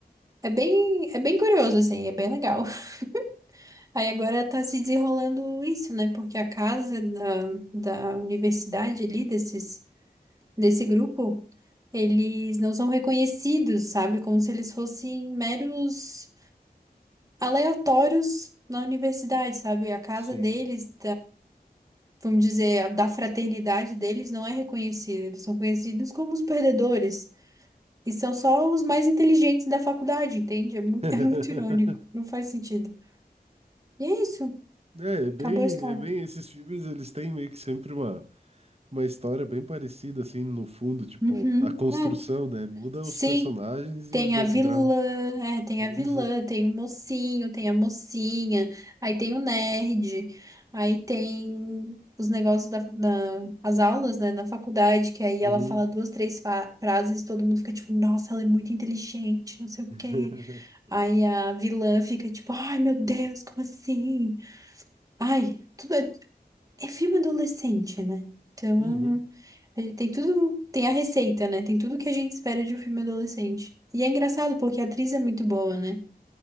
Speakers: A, on the right; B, on the right.
A: É bem, é bem curioso, assim, é bem legal. <laughs> Aí agora tá se desenrolando isso, né? Porque a casa da, da universidade ali, desses, desse grupo, eles não são reconhecidos, sabe? Como se eles fossem meros aleatórios na universidade, sabe? A casa
B: Sim.
A: deles. vamos dizer, a- da fraternidade deles não é reconhecida. Eles são conhecidos como os perdedores. E são só os mais inteligentes da faculdade, entende? É muito,
B: <laughs>
A: <laughs> é muito irônico. Não faz sentido. E é isso.
B: É, é é bem,
A: Acabou a história.
B: é bem, esses filmes eles têm meio que sempre uma uma história bem parecida, assim, no fundo, tipo,
A: Uhum.
B: a construção,
A: É,
B: né? Muda
A: sim.
B: os personagens
A: Tem
B: e o background.
A: a vilã, é, tem
B: Isso.
A: a vilã, tem o mocinho, tem a mocinha, aí tem o nerd, aí tem os negócios da, da- as aulas, né, na faculdade, que aí
B: Uhum.
A: ela fala duas, três fa- frases e todo mundo fica tipo, nossa, ela é muito inteligente, não sei o
B: <laughs>
A: quê. Aí a vilã fica tipo, ai meu Deus, como assim? Ai, tudo, é é filme adolescente, né? Então,
B: Uhum.
A: a gente tem tudo, tem a receita, né? Tem tudo que a gente espera de um filme adolescente. E é engraçado porque a atriz é muito boa, né?